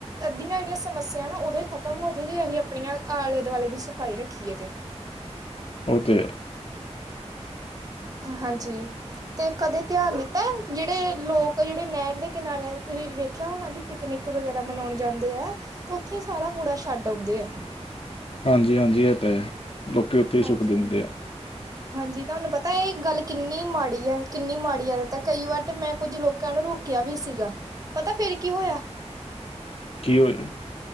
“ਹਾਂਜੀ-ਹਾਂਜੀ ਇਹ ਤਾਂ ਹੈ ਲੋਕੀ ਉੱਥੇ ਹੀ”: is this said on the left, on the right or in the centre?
Left